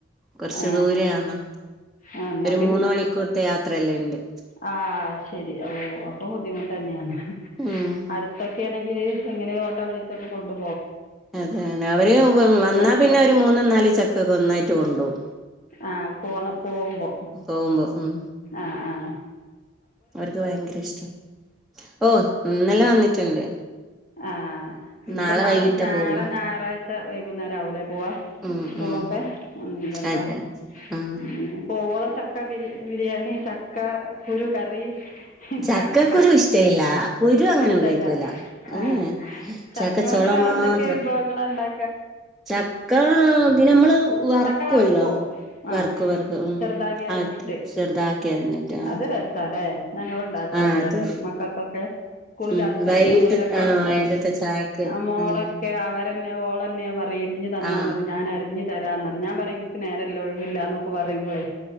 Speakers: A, in the centre; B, on the left (about 45°).
A: കൊറച്ചു
B: ആ
A: ദൂരയാന്ന്.
B: ആ എന്നാൽ
A: ഒരു മൂന്ന് മണിക്കൂർത്തെ യാത്രയല്ല ഇണ്ട്.
B: ആഹ് ശരി ഓ അപ്പൊ ബുദ്ധിമുട്ട് ന്നെയാണ്
A: ഉം
B: അട്ത്ത് ഒക്കെ ആണെങ്കിൽ അങ്ങനെ ഓട്ടോ വിളിച്ചൊക്ക കൊണ്ടു
A: അതെ അവര് വന്നാൽ
B: ക-
A: പിന്നെ ഒരു മൂന്നും നാല് ചക്കക്കെ ഒന്നായിട്ട് കൊണ്ടോും.
B: ആഹ് പോന്ന പോവുമ്പോ
A: പോകുമ്പോ ഉം
B: ആഹ് ആഹ്.
A: അവർക്ക് ഭയങ്കര ഇഷ്ടം ഓ ഇന്നെല്ലാം വന്നിട്ടുണ്ട്.
B: ആഹ് ഇനിപ്പോ
A: നാളെ
B: ഞാളെ
A: വൈകിട്ടേ
B: ഞെറ
A: പോവുള്ളൂ
B: ഞാറായ് വൈകുന്നേരം ആവൂലെ പോവാ
A: ഉം
B: സ്കൂളൊക്കെ
A: ഉം
B: ഉണ്ടല്ലോ?
A: അതെ ആ
B: ഉ പോവോള ചക്ക ബിരി ബിരിയാണി ചക്ക കുരു കറി
A: ചക്കക്കുരു
B: ചക്ക
A: ഇഷ്ടയില്ല കുരു അങ്ങനെ
B: ഇഷ്ടല്ല.
A: ഉപയോഗിക്കൂല
B: ആഹ്
A: ഉം
B: ചക്ക
A: ചക്കച്ചോള
B: കൊണ്ട് വേറെ
A: മാത്രം
B: എന്തൊക്കെയ വിഭവങ്ങളാ ഉണ്ടാ
A: ചക്ക പിന്നെ നമ്മള് വറക്കുവല്ലോ.
B: ചക്ക വറക്കുവോ
A: വറക്കും
B: ആഹ്
A: വറക്കും ഉം
B: ചെറുതാകെ അരിഞ്ഞിട്ട്
A: അത് ചെറുതാക്കി അരിഞ്ഞിട്ട്
B: അത് രസല്ലെ ഞങ്ങള് ഇണ്ടാക്കലണ്ട്
A: ആ അത്
B: എടക്ക് മക്കക്കെ ക്കെ സ്കൂളില്ലാത്ത
A: ഉം
B: ദിവസങ്ങളിലൊക്കെ
A: വൈകിട്ട് ആ വൈകിട്ടത്തെ ചായക്ക്
B: ആ മോളൊക്കെ
A: നല്ല
B: അവര ന്നെ ഓളന്നെ പറയിരിഞ്ഞു തന്നാ
A: ആ
B: മതി ഞാൻ അരിഞ്ഞു തരാന്ന ഞാൻ പറേം എന്ക്ക് നേര വില്ല ഒഴിവില്ലന്നൊക്കെ പറയുമ്പളേ